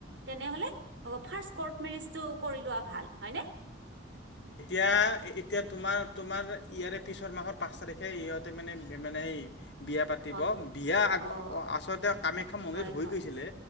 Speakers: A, on the right; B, on the left.
A: তেনেহলে ফাষ্ট কৰ্ট মেৰেজটো কৰি লোৱা ভাল হয় নে?
B: এতিয়া-এতিয়া তোমাৰ-তোমাৰ ইয়াৰে পিছৰ মাহৰ পাঁচ তাৰিখে সিহঁতে মানে-মানে এই বিয়া পাতিব,
A: হয়
B: বিয়া আ-আচলতে
A: অ'
B: কামাখ্যা মন্দিৰত
A: হয়
B: হৈ
A: হয়
B: গৈছিলে